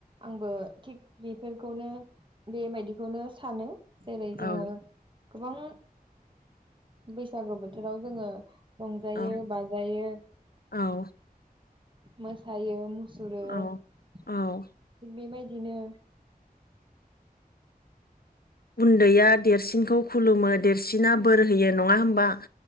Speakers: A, on the right; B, on the left.
A: आंबो थिग बेफोरखौनो बेबायदिखौनो सानो जेरै
B: औ
A: जोङो गोबां बैसागु बोथोराव जोङो रंजायो
B: औ
A: बाजायो
B: औ
A: मोसायो मु सुरो
B: औ
A: थिग
B: औ
A: बेबायदिनो
B: उन्दैया देरसिनखौ खुलुमो देरसिना बोर होयो नङा होमबा